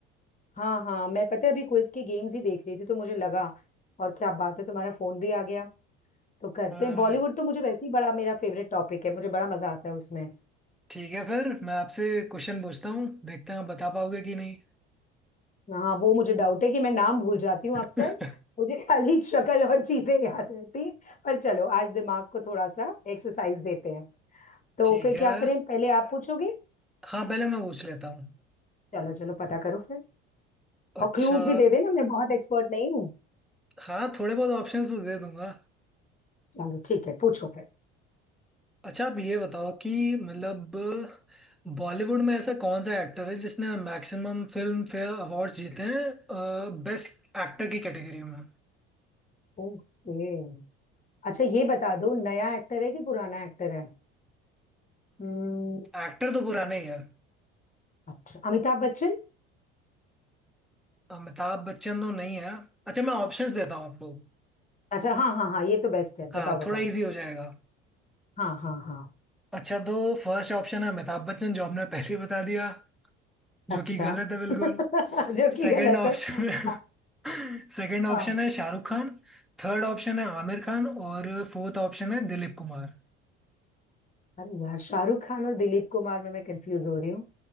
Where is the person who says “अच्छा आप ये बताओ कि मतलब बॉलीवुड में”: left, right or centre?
Centre